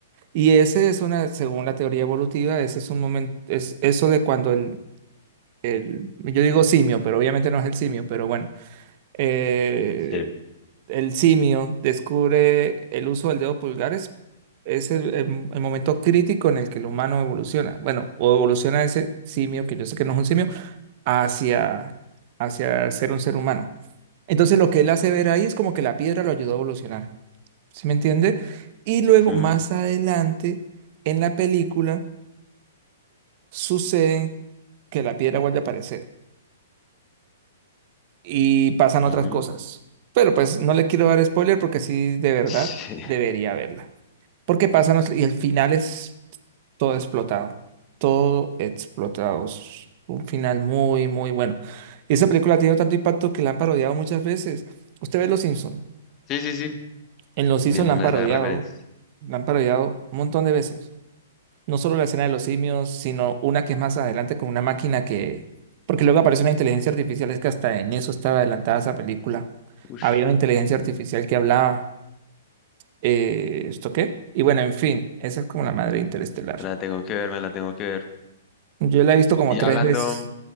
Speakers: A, on the right; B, on the left.
A: Y ese es una, según la teoría evolutiva, ese es un momento, es eso de cuando el, el, yo digo simio, pero obviamente no es el simio, pero bueno, eh,
B: Sí.
A: el simio descubre el uso del dedo pulgar es, es el, el- el momento crítico en el que el humano evoluciona. Bueno, o evoluciona ese simio, que yo sé que no es un simio, hacia, hacia ser un ser humano. Entonces lo que él hace ver ahí es como que la piedra lo ayudó a evolucionar, ¿sí me entiende? Y luego
B: Mm,
A: más adelante en la película suceden que la piedra vuelve a aparecer y pasan otras
B: ujú.
A: cosas. Pero pues no le quiero dar spoiler porque sí, de verdad,
B: Sí,
A: debería verla. Porque pasan los- y el final es todo explotado. Todo explotado. Es un final muy, muy bueno. Y esa película ha tenido tanto impacto que la han parodiado muchas veces. Usted ve Los Simpson.
B: sí, sí, sí.
A: En Los Simpson
B: Vienen
A: la han parodiado.
B: esas referencias.
A: La han parodiado un montón de veces. no solo la escena de los simios, sino una que es más adelante con una máquina que, porque luego aparece una inteligencia artificial, es que hasta en eso estaba adelantada esa película.
B: Ush,
A: Había una inteligencia artificial que hablaba, eh, ¿esto qué? Y bueno, en fin, esa es como la madre de Interestelar.
B: me la tengo que ver, me la tengo que ver.
A: Yo la he visto como
B: Y
A: tres
B: ya hablando,
A: veces.